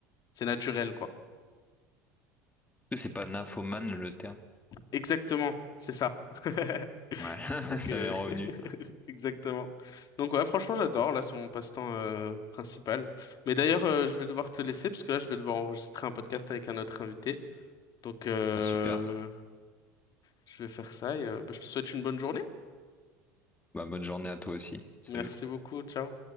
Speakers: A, on the left; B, on the left.
A: c'est naturel, quoi.
B: C'est pas nymphomane le terme.
A: Exactement, c'est ça. <laughs>
B: Ouais,
A: Donc,
B: <laughs> ça
A: euh,
B: m'est revenu.
A: <laughs> exactement. Donc, ouais, franchement, j'adore. Là, c'est mon passe-temps euh, principal. Mais d'ailleurs, euh, je vais devoir te laisser parce que là, je vais devoir enregistrer un podcast avec un autre invité. Donc, euh,
B: Ah, super.
A: je vais faire ça et euh, bah, je te souhaite une bonne journée.
B: Bah, bonne journée à toi aussi. Salut.
A: Merci beaucoup. Ciao.